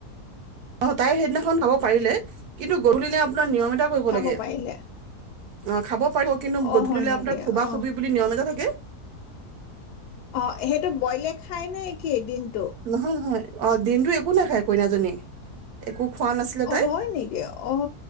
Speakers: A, on the right (about 70°); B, on the left (about 75°).
A: অ', তাই সেইদিনাখন খাব পাৰিলে, কিন্তু গধূলিলে কিবা নিয়ম এটা কৰিব
B: খাব
A: লাগে
B: পাৰিলে
A: অ', খাব পাৰিব কিন্তু
B: অ
A: গধূলিলে
B: হয় নেকি
A: আপোনাৰ খোবা
B: অ
A: খুবি নিয়ম এটা থা কি?
B: অ', সেইটো ব'ইলে খাই নে কি দিনটো?
A: নহয় নহয় অ', দিনটো একো নাখায় কইনাজনী। একো খোৱা নাছিলে
B: অ',
A: তাই
B: হয় নেকি অহ,